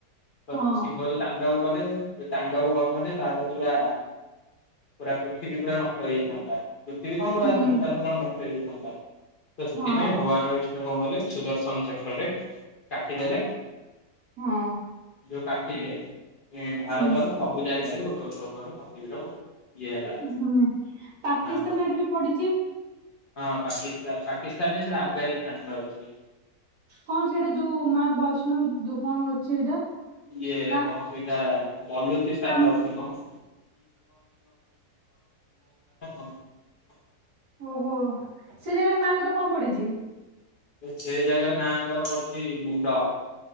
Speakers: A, on the left; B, on the right.
A: ତ
B: ହଁ
A: ଶିବ ଯଉ ତା କଲେ ତାଣ୍ଡବ କରିଥାନ୍ତି ତାହେଲେ ପୁରା-ପୁରା ପୃଥିବୀ ପୁରା ନ ନଷ୍ଟ ହେଇଯାଇଥାନ୍ତା ପୃଥିବୀ କଣ ପୁରା
B: ହୁଁ
A: ସଂସାର ପୂରଣ ନଷ୍ଟ ହେଇଥାନ୍ତା ତ ସେଥିପାଇଁ
B: ହଁ
A: ଭଗବାନ ବି କଣ କଲେ ସୁଦର୍ଶନ ଚକରରେ କାଟିଦେଲେ
B: ହଁ।
A: ଯଉ କାଟିଲେ
B: ହୁଁ
A: ଭାରତର ସବୁ ଜାଗାରେ ଗୋଟେ ଗୋଟେ ଗୋଟେ ଶକ୍ତି ପୀଠ ଇଏ ହେଲା।
B: ହୁଁ ପାକିସ୍ତାନ
A: ନାଙ୍କର
B: ଆଡେ ବି ପଡିଛି।
A: ହଁ ପାକିସ୍ତାନ-ପାକିସ୍ତାନରେ ସେଇଟା ଆଫଗାନିସ୍ତାନରେ ଅଛି।
B: କଣ ସେଇଟା ଯୋଉ ମା ବୈଷ୍ଣବି ଯୋଉ କଣ ଅଛି ସେଇଟା
A: ଇଏ
B: କା
A: କଣ ସେଇଟା ବଲନ୍ଦ୍ରୀ ସ୍ଥାନରେ
B: କାମ
A: ଅଛି କଣ? <unintelligible>
B: ଓହୋ ସେ ଜାଗାରେ ମାଙ୍କର କଣ ପଡିଛି?
A: ସେ ଜାଗାରେ ମାଆଙ୍କର ପଡୁଛି ମୁଣ୍ଡ।